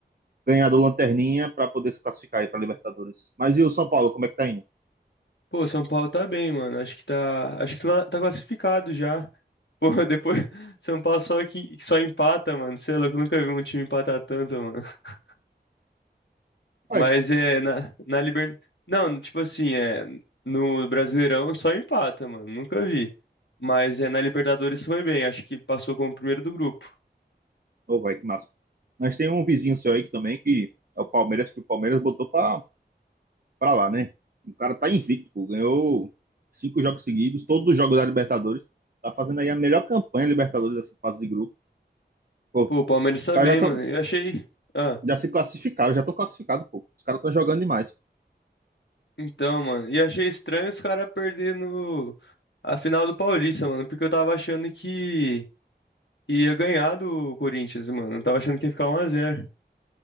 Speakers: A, on the right; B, on the left.
A: ganhar do Lanterninha para poder se classificar aí para Libertadores. Mas e o São Paulo, como é que tá indo?
B: Pô, São Paulo tá bem, mano. Acho que tá, acho que tá tá classificado já. Pô, <laughs> depois São Paulo só que que só empata, mano. Sei lá, eu nunca vi um time empatar tanto, mano. <laughs>
A: Mas,
B: Mas é na na Liber... Não, tipo assim, é no Brasileirão só empata, mano. Nunca vi. Mas é na Libertadores foi bem. Acho que passou como primeiro do grupo.
A: oh, vai, que massa. Mas tem um vizinho seu aí que também que é o Palmeiras, que o Palmeiras botou para lá, né? O cara tá invicto, pô, ganhou cinco jogos seguidos, todos os jogos da Libertadores. Tá fazendo aí a melhor campanha Libertadores, assim, fase de grupo. Pô,
B: Pô, o Palmeiras tá
A: os caras
B: bem,
A: já estão
B: mano. Eu achei, ah,
A: já se classificaram, já estão classificados, pô. Os caras estão jogando demais.
B: então, mano, e achei estranho os caras perdendo a final do Paulista, mano, porque eu tava achando que ia ganhar do Corinthians, mano. Eu tava achando que ia ficar um a zero.